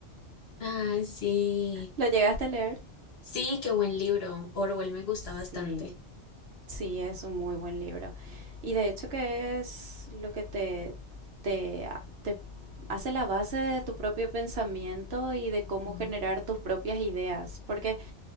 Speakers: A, on the left (about 60°); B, on the right (about 65°).
A: Ah, sí.
B: ¿Lo llegaste a leer?
A: Sí, qué buen libro. Orwell me gusta
B: Sí,
A: bastante.
B: sí, es un muy buen libro. Y de hecho que es lo que te, te, te hace la base de tu propio pensamiento y de cómo
A: Mm,
B: generar tus propias ideas. Porque